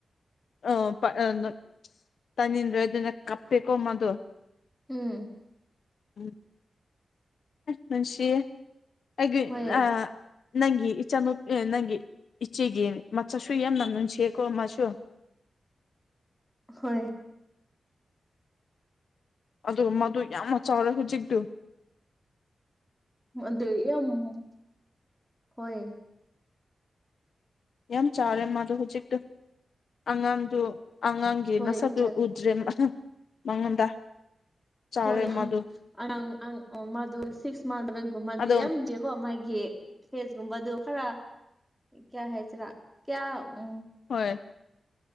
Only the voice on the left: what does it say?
ꯑꯣ <inaudible> ꯇꯥꯅꯤꯡꯗ꯭ꯔꯗꯅ ꯀꯞꯄꯦꯀꯣ ꯃꯥꯗꯨ
ꯎꯝ ꯅꯨꯡꯁꯤꯌꯦ ꯑꯩꯒꯤ
ꯑ ꯅꯪꯒꯤ ꯏꯆꯥꯅꯨꯄꯤ ꯅꯪꯒꯤ ꯏꯆꯦꯒꯤ ꯃꯆꯥꯁꯨ ꯌꯥꯝꯅ ꯅꯨꯡꯁꯤꯌꯦꯀꯣ ꯃꯥꯁꯨ
ꯑꯗꯨꯒ ꯃꯥꯗꯨ ꯌꯥꯝꯅ ꯆꯥꯎꯔꯦ ꯍꯧꯖꯤꯛꯇꯨ
ꯌꯥꯝ ꯆꯥꯎꯔꯦ ꯃꯥꯗꯣ ꯍꯧꯖꯤꯛꯇ ꯑꯉꯥꯡꯗꯨ ꯑꯉꯥꯡ ꯒꯤ
ꯃꯁꯛꯗꯨ
ꯎꯗ꯭ꯔꯦ ꯃꯉꯣꯟꯗ ꯆꯥꯎꯔꯦ
ꯃꯥꯗꯣ
ꯑꯗꯣ
ꯍꯣꯏ